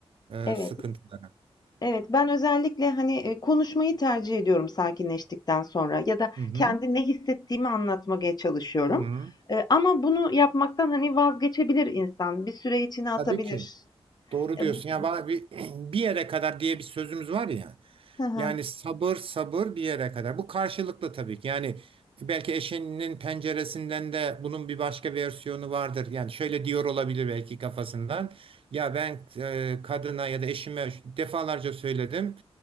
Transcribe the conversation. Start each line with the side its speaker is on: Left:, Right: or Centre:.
Right: e,
Left: evet,
Right: sıkıntılara.
Left: evet. Ben özellikle, hani, eee, konuşmayı tercih ediyorum sakinleştikten sonra ya da
Right: Hı hı.
Left: kendi ne hissettiğimi anlatmaya çalışıyorum.
Right: Hı hı.
Left: Eee, ama bunu yapmaktan, hani, vazgeçebilir insan. Bir süre içine atabilir.
Right: Tabii ki. Doğru
Left: Emm
Right: diyorsun. Ya va- bir <clears throat> bir yere kadar diye bir sözümüz var ya.
Left: Hı hı.
Right: Yani sabır sabır bir yere kadar. Bu karşılıklı tabii ki. Yani belki eşinin penceresinden de bunun bir başka versiyonu vardır. Yani şöyle diyor olabilir belki kafasından. Ya ben e, kadına ya da eşime defalarca söyledim.